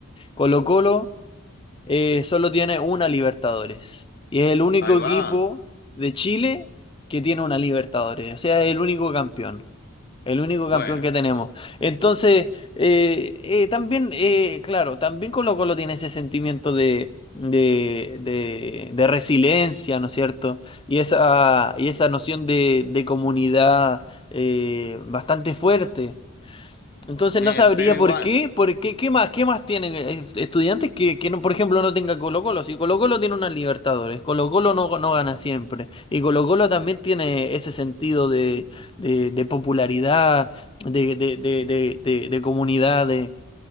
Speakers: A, on the left; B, on the left.
A: Colo-Colo. eh, solo tiene una Libertadores. Y es el único
B: Ahí
A: equipo
B: va.
A: de Chile que tiene una Libertadores. O sea, es el único campeón. El único
B: Bueno,
A: campeón que tenemos. Entonces, eh, eh, también, eh, claro, también Colo Colo tiene ese sentimiento de, de, de, de resiliencia, ¿no es cierto? Y esa, y esa noción de, de comunidad eh, bastante fuerte. Entonces
B: bien,
A: no sabría
B: pero igual,
A: por qué, por qué, qué más, qué más tienen eh, estudiantes que, que no, por ejemplo, no tengan Colo-Colo. Si Colo-Colo tiene una Libertadores, Colo-Colo no, no gana siempre. Y Colo-Colo también tiene ese sentido de, de, de popularidad, de, de, de, de, de, de comunidad, de